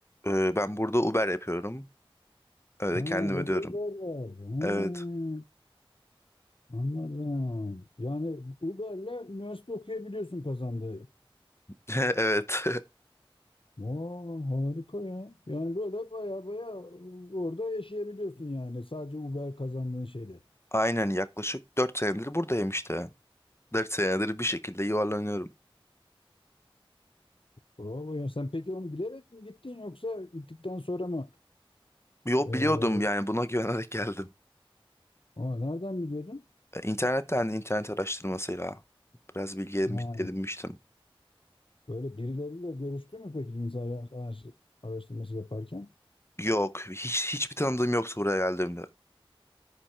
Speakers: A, on the left; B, on the left.
A: Ee, ben burada Uber yapıyorum. Öyle
B: Ha, orada
A: kendim ödüyorum.
B: var. Ha.
A: Evet.
B: Anladım. Yani Uber'le üniversite okuyabiliyorsun kazandığı.
A: <laughs> Evet.
B: Oo, harika ya. Yani böyle baya baya orada yaşayabiliyorsun yani sadece Uber kazandığın şeyle.
A: <laughs> Aynen yaklaşık 4 senedir buradayım işte. 4 senedir bir şekilde yuvarlanıyorum.
B: Bravo ya. Sen peki onu bilerek mi gittin yoksa gittikten sonra mı?
A: Yo
B: Ee,
A: biliyordum yani buna <laughs> güvenerek geldim.
B: aa, nereden biliyordun?
A: E, İnternetten internet araştırmasıyla biraz bilgi edinmiş-
B: Ha,
A: edinmiştim.
B: böyle birileriyle görüştü mü peki insan araş- araştırması yaparken?
A: Yok hiç hiçbir tanıdığım yoktu buraya geldiğimde.